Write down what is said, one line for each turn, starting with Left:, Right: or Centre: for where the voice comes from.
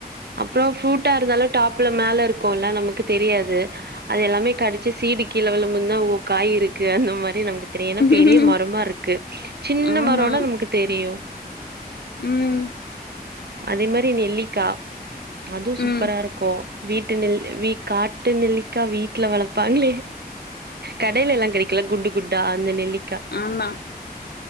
Right: அப்புறம் ஃப்ரூட்டா இருந்தாலும் டாப்ல மேல இருக்குல்ல நமக்கு தெரியாது அது எல்லாமே கடிச்சு சீடு கீழ விழும்பு ந்தா ஓ காய் இருக்கு அந்த மாதிரி நமக்கு தெரியும் ஏன்னா
Left: ம்
Right: பெரிய மரமா இருக்கு சின்ன
Left: ஆமா
Right: மரம்னா நமக்கு தெரியும்
Left: ம்
Right: அதே மாரி நெல்லிக்கா அதுவும் சூப்பரா
Left: ம்
Right: இருக்கும் வீட்டு நெல் வீ காட்டு நெல்லிக்கா வீட்டுல வளப்பாங்களே கடையிலல்லாம் கிடைக்கு ல்ல குண்டு குண்டா அந்த நெல்லிக்கா
Left: ஆமா